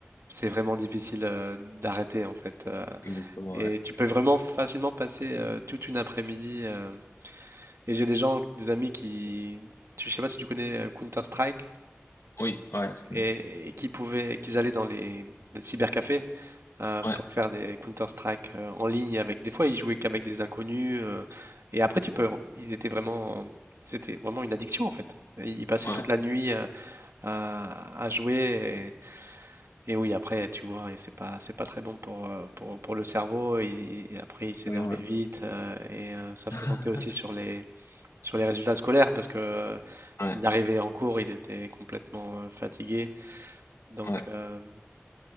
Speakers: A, on the right; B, on the left.
A: c'est vraiment difficile euh, d'arrêter en fait. euh,
B: Exactement.
A: et
B: Ouais.
A: tu peux vraiment facilement passer euh, toute une après-midi. euh, et j'ai des gens, des amis qui, tu, je sais pas si tu connais euh, Counter-Strike,
B: Oui. Ouais. absolument.
A: et, et qui pouvaient, qu'ils allaient dans les, les cybercafés euh,
B: Ouais.
A: pour faire des Counter-Strike euh, en ligne avec des fois ils jouaient qu'avec des inconnus euh, et après tu peux ils étaient vraiment c'était vraiment une addiction en fait. Et Ils passaient
B: Ouais.
A: toute la nuit euh, à, à jouer et, et oui après tu vois et c'est pas c'est pas très bon pour euh, pour, pour le cerveau et, et après ils s'énervaient
B: absolument,
A: vite
B: Ouais.
A: euh, et euh, ça se
B: <laughs>
A: ressentait aussi sur les sur les résultats scolaires parce que euh,
B: Ouais.
A: ils arrivaient en cours ils étaient complètement euh, fatigués donc
B: Ouais.
A: euh,